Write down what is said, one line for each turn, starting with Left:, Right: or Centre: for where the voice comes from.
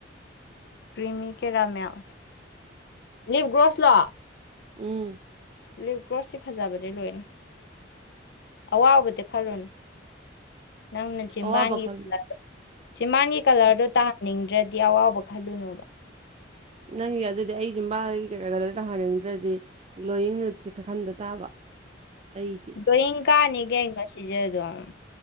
Left: ꯀ꯭ꯔꯤꯃꯤ ꯀꯦꯔꯥꯃꯦꯜ ꯂꯤꯞꯒ꯭ꯔꯣꯁ ꯂꯣ
Right: ꯎꯝ
Left: ꯂꯤꯞ ꯒ꯭ꯔꯣꯁꯇꯤ ꯐꯖꯕꯅꯦ ꯂꯣꯏꯅ ꯑꯋꯥꯕꯗꯤ ꯈꯜꯂꯨꯅꯨ ꯅꯪꯅ ꯆꯤꯝꯕꯥꯟꯒꯤ
Right: ꯑꯋꯥꯕ ꯈꯜꯂꯨ
Left: ꯀꯂꯔꯗꯣ ꯆꯤꯝꯕꯥꯟꯒꯤ ꯀꯂꯔꯗꯣ
Right: ꯀꯔꯤ
Left: ꯇꯥꯍꯟꯅꯤꯡꯗ꯭ꯔꯗꯤ ꯑꯋꯥꯎꯕ ꯈꯜꯂꯨꯅꯣꯕ
Right: ꯅꯪꯒꯤ ꯑꯗꯨꯗꯤ ꯑꯩ ꯆꯤꯝꯕꯥꯜꯒꯤ ꯀꯩꯀꯥ ꯀꯂꯔ ꯇꯥꯍꯟꯅꯤꯡꯗ꯭ꯔꯗꯤ ꯒ꯭ꯂꯣꯋꯤꯡꯅꯠꯁꯦ ꯈꯥꯛꯈꯟꯗ ꯇꯥꯕ ꯑꯩꯗꯤ
Left: ꯗ꯭ꯔꯣꯢꯡ ꯀꯥꯅꯤꯒꯦ ꯉꯁꯤꯖꯦ ꯑꯗꯨꯝ